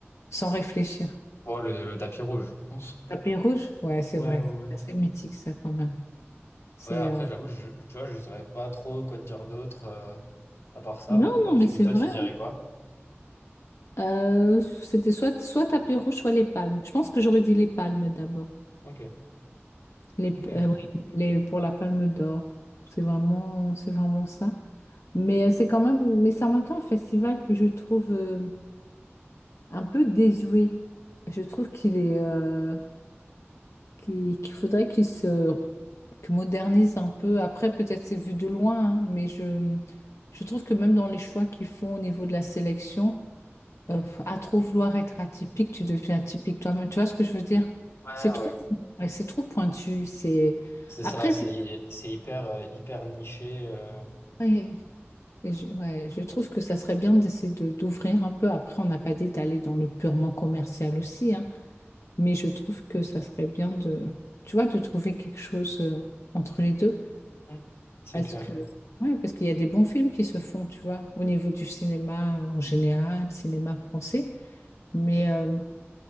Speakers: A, on the left; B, on the left.
A: sans réfléchir?
B: Oh, le, le tapis rouge, je pense.
A: Tapis rouge? Ouais, c'est
B: Ouais,
A: vrai.
B: ouais, ouais.
A: C'est assez mythique, ça, quand même. C'est,
B: Ouais, après,
A: euh,
B: j'avoue, je, je- tu vois, je saurais pas trop quoi te dire d'autre, euh, à part ça.
A: Non,
B: Toi,
A: non,
B: tu,
A: mais c'est
B: toi,
A: vrai.
B: tu dirais
A: hein.
B: quoi?
A: Euh, c'était soit, soit tapis rouge, soit les palmes. Je pense que j'aurais dit les palmes d'abord.
B: Ok,
A: Les,
B: ok,
A: euh,
B: ok.
A: oui, les, pour la palme d'or. C'est vraiment, c'est vraiment ça. Mais euh, c'est quand même, mais c'est en même temps un festival que je trouve. euh, un peu désuet. Je trouve qu'il est, euh, qu'il, qu'il faudrait qu'il se qu'il modernise un peu. Après, peut-être c'est vu de loin, hein, mais je, je trouve que même dans les choix qu'ils font au niveau de la sélection, euh, à trop vouloir être atypique, tu deviens atypique toi-même. Tu vois ce que je veux dire?
B: Ouais,
A: C'est trop,
B: ouais.
A: ouais, c'est trop pointu. C'est
B: C'est
A: après,
B: ça, c'est c'est hyper, euh, hyper niché. euh.
A: ouais, et je, ouais, je trouve que ça serait bien d'essayer de d'ouvrir un peu. Après, on n'a pas dit d'aller dans le purement commercial aussi, hein. Mais je trouve que ça serait bien de, tu vois, de trouver quelque chose euh, entre les deux.
B: Mm, c'est
A: Parce
B: clair.
A: que, ouais, parce qu'il y a des bons films qui se font, tu vois, au niveau du cinéma euh, en général, cinéma français. Mais euh,